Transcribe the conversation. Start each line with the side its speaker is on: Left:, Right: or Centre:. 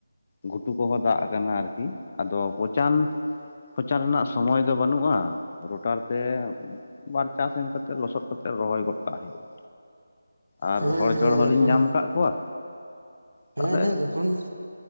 Left: ᱜᱷᱩᱴᱩ ᱠᱚᱦᱚᱸ ᱫᱟᱜ ᱟᱠᱟᱱᱟ ᱟᱨᱠᱤ ᱟᱫᱚ ᱯᱚᱪᱟᱱ ᱯᱚᱪᱟᱱ ᱨᱮᱱᱟᱜ ᱥᱚᱢᱚᱭ ᱫᱚ ᱵᱟᱹᱱᱩᱜᱼᱟ ᱨᱚᱴᱟᱨ ᱛᱮ ᱵᱟᱨ ᱪᱟᱥ ᱮᱢ ᱠᱟᱛᱮᱫ ᱞᱚᱥᱚᱫ ᱠᱟᱛᱮᱜ ᱨᱚᱦᱚᱭ ᱜᱚᱫ ᱠᱟᱜ ᱦᱩᱭᱩᱜᱼᱟ᱾ ᱟᱨ
Right: ᱦᱮᱸ
Left: ᱦᱚᱲ ᱡᱚᱲ
Right: ᱦᱮᱸ
Left: ᱦᱚᱞᱤᱧ
Right: ᱡᱚᱠᱷᱚᱱ
Left: ᱧᱟᱢ ᱠᱟᱜ ᱠᱚᱣᱟ, ᱛᱟᱦᱚᱞᱮ
Right: ᱦᱮᱸ ᱦᱮᱸ ᱡᱚᱠᱷᱚᱱ